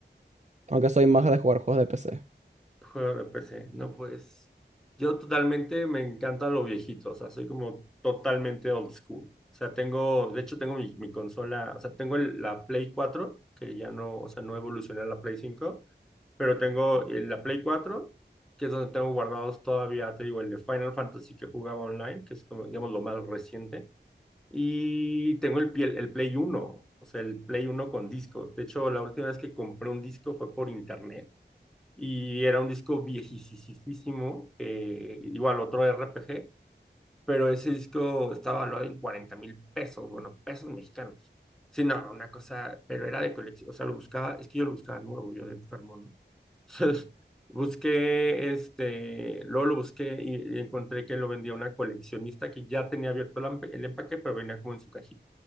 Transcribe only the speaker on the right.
aunque soy más de jugar juegos de PC.